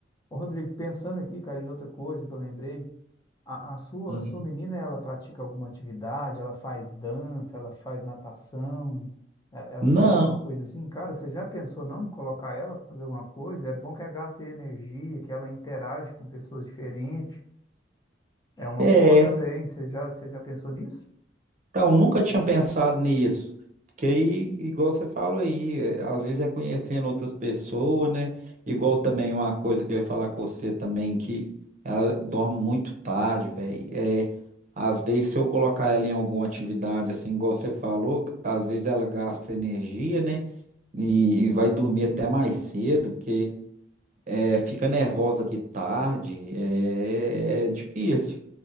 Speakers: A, on the left; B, on the right.
A: Ô, Rodrigo, pensando aqui, cara, em outra coisa que eu lembrei, a, a sua,
B: Uhum.
A: a sua menina, ela pratica alguma atividade, ela faz dança, ela faz natação, e- ela
B: Não,
A: faz alguma coisa assim, cara, você já pensou não em colocar ela para fazer alguma coisa? É bom que ela gaste energia, que ela interage com pessoas diferentes. É uma
B: é.
A: boa também. Você já, você já pensou nisso?
B: Então, nunca tinha pensado nisso. Porque aí, igual você falou aí, é, às vezes é conhecendo outras pessoas, né? Igual também uma coisa que eu ia falar com você também, que ela dorme muito tarde, velho. É, às vezes, se eu colocar ela em alguma atividade, assim, igual você falou, às vezes ela gasta energia, né? E, e vai dormir até mais cedo, porque é, fica nervosa aqui tarde, é, é difícil.